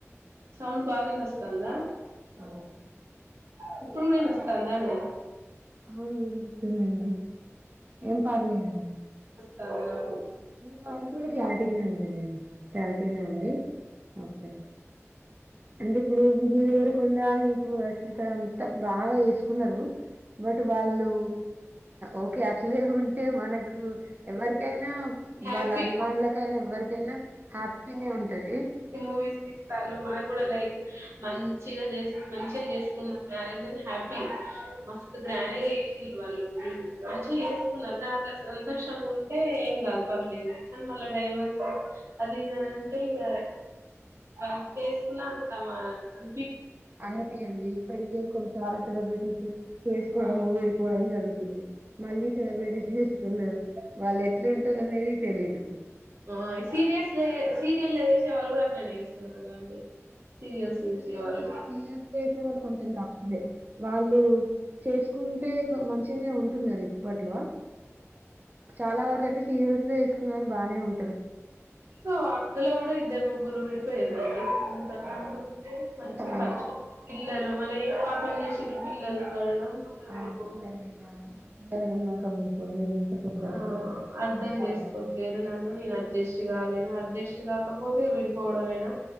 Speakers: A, on the right; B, on the right.
A: సౌండ్ బగా నస్త అందా
B: ఆ
A: ప్పుూణ నస్త నండ
B: అవును వినిపిస్తుందండి ఏం పర్లేదు
A: తమ నాకు
B: మీ వాయిస్ కూడా క్లారిటీగానే ఉందిలేండి చాలదనే అండి ఓకే అంటే ఇప్పుడు విజయ దగగరకొండడా అని ఇప్పుడు రశమిక అంతా బాగా వేసుకున్నారు బట్ వాళ్ళు ఓకే అట్లే ఉంటే మనకు ఎవరికైనా
A: హ్యాపీ
B: వాళ్ళ అభిమానులకైనా ఎవరికైనా హ్యాపీనే ఉంటది
A: మూవీస్ ఇస్త మనకు కూడా లైక్ మంచిగా చే మంచిగా చేసుకున్నారు మ్యారేజ్ అని హ్యాపీ మస్తు గ్రాండ్గా వ వాళ్ళుళ్ళు మంచిగా చేేసుకున్నారు కానీ అట్లా సంతోషంగా ఉంటే ఏం కాదు పర్లేదు కానీ మళ్ళా డైవర్స్ అది ఇద అంటే ఇంగ వ చేసుకున్నా తమ అ
B: అంతే అండి ఇప్పటి కొంచెం చాలా సెలబ్రిటీస్ చేసుకోవడము
A: ఇగ
B: విడిపోవడం జరుగుతుంది మళ్ళీ సెలబ్రిటీ చేసుకున్నారు వాళ్ళు ఎట్లుంట టారు అనేది తెలిదు
A: ఆ సీరియల్స్ సీరియల్ చేసే వాళ్ళు కూడా అట్లనే చేస్తున్నారు గా అండి సీరియల్స్
B: అంటే
A: చేసేవాళ్ళు
B: సీరియల్ లో సిరి చేసే వాళ్ళు కొంచెం తక్కువే వాళ్ళు చేసుకుంటే మంచిగానే ఉంటున్నారు ఇప్పట్లో చాలా వరకు అయితే సీరియల్స్లో చేసుకున్న వాళ్ళు బాగానే ఉం
A: వాళ్లలో కూడా ఇద్దరు ముగ్గురు విడిపోయిర్రండి ఇందు కర్ణ
B: ఆ! కొంతమంది
A: మంచిగా పిల్లలు మళ్ళ ఏం పాపం చేస్ తిరుపిల్లలు కనడం మళ్ళీ
B: ఆ
A: విడిపోవడం
B: <unintelligible> పెద్ద
A: ఆ
B: అసలు
A: అర్ధం
B: చాలా.
A: చేసుకోట్లేరు నన్ను నేను అడ్జస్ట్ కాలేను అడ్జస్ట్ కాకపోతే విడిపోవడంమేనా